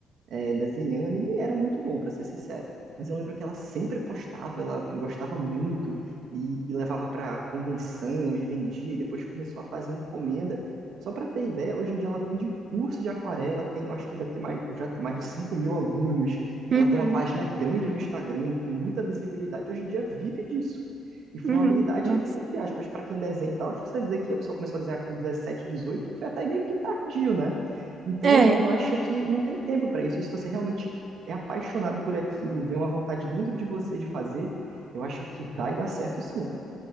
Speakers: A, on the right (about 70°); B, on the right (about 55°).
A: é, desenhando, e nem era muito bom, para ser sincero. Mas eu lembro que ela sempre postava, ela gostava muito e, e levava para convenção e vendia, e depois começou a fazer encomenda. Só para ter ideia, hoje em dia ela vende curso de aquarela, tem, eu acho que deve ter mais, já tem mais de cinco mil alunos. Ela
B: uhum,
A: tem uma página grande no Instagram, com muita visibilidade. Hoje em dia vive disso. E foi
B: uhum.
A: uma habilidade,
B: Nossa.
A: entre aspas, para quem desenha e tal. Se você dizer que a pessoa começou a desenhar com 17, 18 foi até meio que tardio, né? Então,
B: É.
A: eu acho que não tem tempo para isso. Se você realmente é apaixonado por aquilo, vê uma vontade dentro de você de fazer, eu acho que vai dar certo sim.